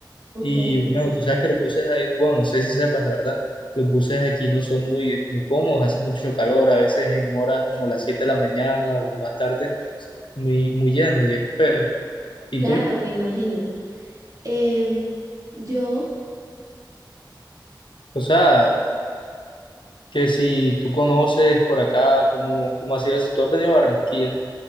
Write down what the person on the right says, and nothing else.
ok.
Claro,
me imagino. Em, yo...